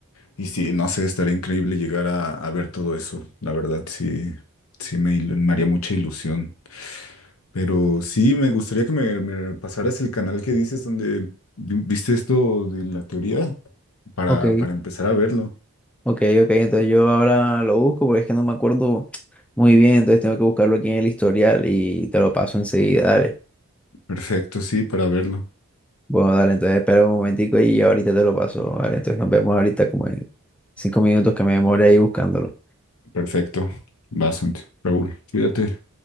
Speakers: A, on the left; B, in the centre.
A: Y sí, no sé, estaría increíble llegar a, a ver todo eso. La verdad, sí, sí me, ilu- me haría mucha ilusión. Pero sí, me gustaría que me, me pasaras el canal que dices donde vi- viste esto de la teoría para,
B: Ok,
A: para empezar a verlo.
B: Ok, ok, entonces yo ahora lo busco porque es que no me acuerdo muy bien, entonces tengo que buscarlo aquí en el historial y te lo paso enseguida, dale.
A: Perfecto, sí, para verlo.
B: Bueno, dale, entonces espera un momentico y ahorita te lo paso, dale, entonces nos vemos ahorita como en cinco minutos que me demore ahí buscándolo.
A: Perfecto. Bastante. Raúl, cuídate.